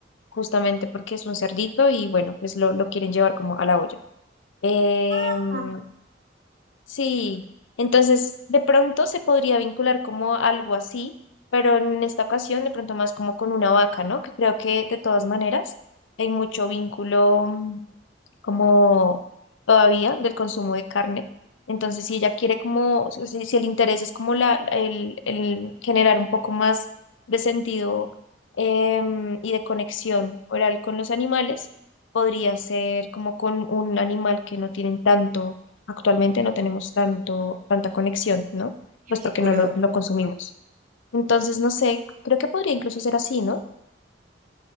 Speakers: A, on the left; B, on the right.
A: justamente porque es un cerdito y bueno, pues lo, lo quieren llevar como a la olla. Em,
B: Mm,
A: sí, entonces de pronto se podría vincular como algo así, pero en esta ocasión de pronto más como con una vaca, ¿no? Que creo que de todas maneras hay mucho vínculo como todavía del consumo de carne. Entonces, si ella quiere como, o sea, si, si el interés es como la, el, el generar un poco más de sentido em, y de conexión oral con los animales, podría ser como con un animal que no tienen tanto, actualmente no tenemos tanto, tanta conexión, ¿no?
B: ¿Qué
A: Pues
B: vínculo?
A: porque no lo, lo consumimos. Entonces, no sé, creo que podría incluso ser así, ¿no?